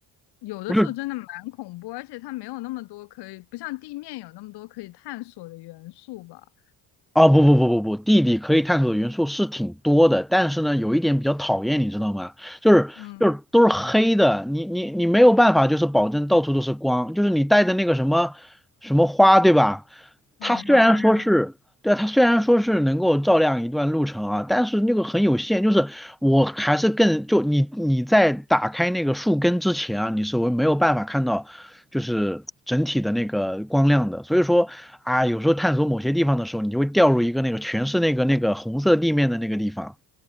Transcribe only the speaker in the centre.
不是。
哦，不不不不不，地理可以探索的元素是挺多的，但是呢，有一点比较讨厌，你知道吗？就是就是都是黑的，
你你你没有办法，就是保证到处都是光，就是你带的那个什么什么花，对吧？
它虽然说是对啊，
它虽然说是能够照亮一段路程啊，但是那个很有限，就是我还是更就你你在打开那个树根之前啊，你是我没有办法看到就是整体的那个光亮的，所以说啊，有时候探索某些地方的时候，你就会掉入一个那个全是那个那个红色地面的那个地方，